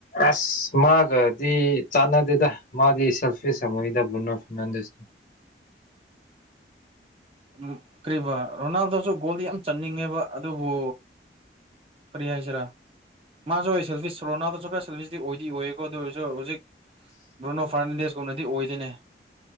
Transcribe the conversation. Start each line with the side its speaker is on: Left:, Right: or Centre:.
Left: ꯑꯁ ꯃꯥꯒꯗꯤ ꯆꯥꯟꯅꯗꯦꯗ ꯃꯥꯗꯤ ꯁꯜꯐꯦꯨꯍꯤꯗ ꯣ ꯐꯗꯁ
Right: ꯎꯝ ꯀꯔꯤꯕ ꯔꯣꯅꯥꯜꯗꯣꯁꯨ ꯒꯣꯜꯗ ꯌꯥꯝ ꯆꯟꯅꯤꯡꯉꯦꯕ ꯑꯗꯨꯕꯨ ꯀꯔꯤ ꯍꯥꯏꯏ ꯁꯔꯥ ꯃꯥꯁꯨ ꯑꯣꯏ ꯁꯦꯜꯐꯤ ꯁꯣꯔꯣꯅꯥꯗꯁꯨ ꯈ ꯁꯦꯜꯐꯤꯗꯤ ꯑꯣꯏꯗꯤ ꯑꯣꯏꯌꯦꯀꯣ ꯑꯗꯨ ꯑꯣꯏꯔꯁꯨ ꯍꯧꯖꯤꯛ ꯔꯣꯅꯣ ꯐꯥꯔꯅꯥꯟꯗꯦꯁꯀꯨꯝꯅꯗꯤ ꯑꯣꯏꯗꯣꯏꯅꯦ